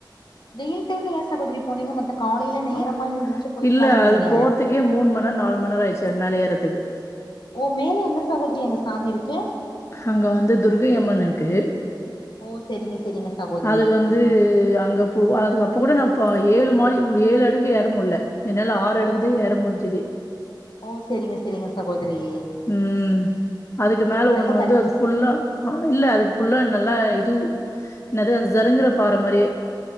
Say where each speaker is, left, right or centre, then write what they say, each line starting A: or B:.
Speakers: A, on the left; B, on the left.
A: வெயில் டைம்ல ஏ சகோதரி போனிங்க மத்த காலையில நேரமா
B: அ
A: எந்திரிச்சு போயிருக்கலால
B: இல்ல
A: நீங்க
B: அது போறதுக்கே மூணு மண்நேர நாலு மண்நேர ஆயிடுச்சு அது மேலே ஏறதுக்கு
A: ஓ மேல என்ன சகோதரி அங்க சாமி இருக்கு
B: அங்க வந்து துர்கையம்மன் இருக்கு
A: ஓ செரிங்க செரிங்க சகோதரி
B: அது வந்து அங்க போ அது அப்ப கூட நா ப்பா ஏழு மாலி ஏழு அடுக்கு ஏற முடில என்னால ஆறு
A: ஓ
B: அடுக்குதா ஏற முடிஞ்சுது
A: ஓ செரிங்க செரிங்க சகோதரி
B: ம் அதுக்கு மேல
A: நல்லா
B: ஒண்ணு வந்து
A: தரிசி
B: அது புல்லா இல்ல அதுக்கு புல்லா நல்லா ஆ இதுவு என்னது அந்த ஜருங்குற பாற மாரியே